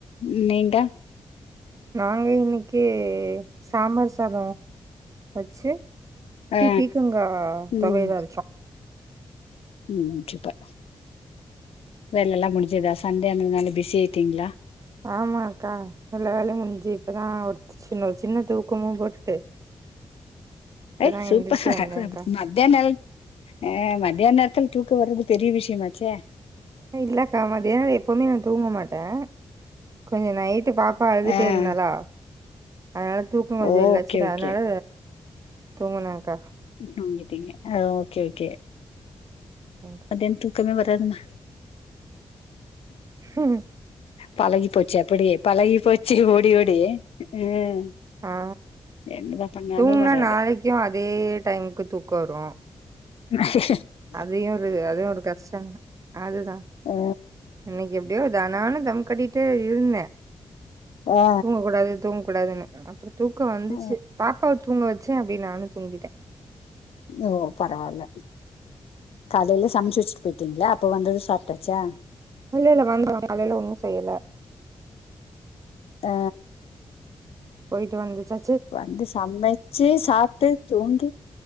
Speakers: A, on the left; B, on the right.
A: ம் நீண்ட
B: நாங்க இன்னைக்கி சாம்பார் சாதோ வச்சு
A: ஆ
B: பி பீக்கங்கா
A: ம்
B: தொவையல் அரச்சோ
A: ம் சூப்பர் வேலைல்லா முடிஞ்சதா சண்டே அந்ததுனால பிசி ஆய்டீங்ளா
B: ஆமா அக்கா எல்லா வேலையு முடிஞ்சு இப்பதா ஒரு சின்ன ஒரு சின்ன தூக்கமு போட்டுட்டு இப்பதா
A: ஐ சூப்பர்
B: எந்திரிச்சு வந்தேன்க்கா
A: மத்தனல் அ மத்யான நேரத்துல தூக்க வர்றது பெரிய விஷயமாச்ச
B: இல்லக்கா மதியானோ எப்பவுமே நா தூங்க மாட்ட கொஞ்சோ நைட்டு பாப்பா அழுதுட்டே
A: ஆ
B: இருந்தாளா அ தூக்கோ கொஞ்சோ
A: ஓகே
B: இல்ல சரி
A: ஓகே
B: அதனால தூங்குனாக்கா
A: தூங்கிட்டீங்க அ ஓகே ஓகே
B: தேங்க
A: மத்தியானம் தூக்கமே வராதுமா
B: ஹம்
A: பழகி போச்சு அப்டியே பழகி போச்சு ஓடி ஓடி ம்
B: ஆ
A: என்னதா பண்ணாலு
B: தூங்கனா
A: வராது
B: நாளைக்கு அதே டைமுக்கு தூக்க வரு
A: ஆ ஹ ஹ
B: அதையு ஒரு அது ஒரு கஷ்ட அதுதா
A: அ
B: இன்னைக்கு எப்டியோ தானான தம் கட்டிட்டு இருந்தே
A: ஆ
B: தூங்கக்க கூடாது தூங்க கூடாதுன்னு அப்புறோ தூக்க வந்துச்சு
A: அ
B: பாப்பாவை தூங்க வச்சே அப்படி நானு தூங்கிட்டே
A: ஓ பரவால்ல காலையில சமைச்சு வெச்சுட் போயிருங்கிங்ளா அப்ப வந்து சாப்ட்டாச்சா
B: இல்லெல்ல வந்தாங்க காலையில ஒன்னு செய்யல
A: ஆ
B: போயிட்டு வந்துச்சா
A: வந்து சமைச்சு சாப்ட்டு தூங்கி